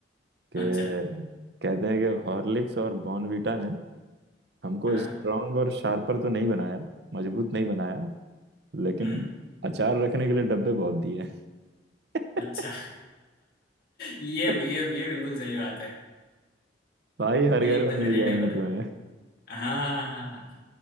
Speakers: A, on the left (about 55°); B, on the right (about 60°).
A: अच्छा
B: कि कहते हैं कि हॉर्लिक्स और बॉर्नवीटा ने हमको
A: हाँ
B: स्ट्रांग और शार्पर तो नहीं बनाया मजबूत नहीं बनाया लेकिन
A: हम्म
B: अचार रखने के लिए डब्बे बहुत दिए <laughs>
A: अच्छा ये
B: ये-
A: ये ये बिल्कुल सही बात है
B: भाई हर
A: ये
B: घर
A: एकदम
B: में
A: रिलेटेबल
B: मिल जाएंगे तुम्हें
A: है हाँ हाँ हाँ।